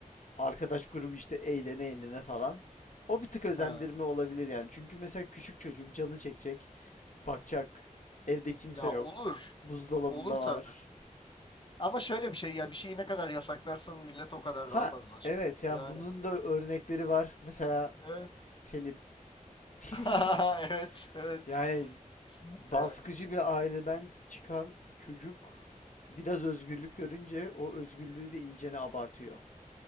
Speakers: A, on the left (about 65°); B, on the left (about 35°).
A: arkadaş grubu işte eğlene eğlene falan. O bir tık özendirme
B: Ha.
A: olabilir yani. Çünkü mesela küçük çocuk canı çekecek, bakacak. Evde kimse
B: Ya
A: yok.
B: olur.
A: Buzdolabında
B: Olur tabii.
A: var.
B: Ama şöyle bir şey ya bir şeyi ne kadar yasaklarsan millet o kadar
A: Ha
B: daha fazla şey
A: evet
B: yapıyor.
A: ya
B: Yani
A: bunun da örnekleri var. Mesela
B: evet.
A: Selim. <laughs>
B: <laughs> Evet, evet.
A: Yani
B: Kesinlikle
A: baskıcı
B: ya kesin.
A: bir aileden çıkan çocuk biraz özgürlük görünce o özgürlüğü de iyicene abartıyor.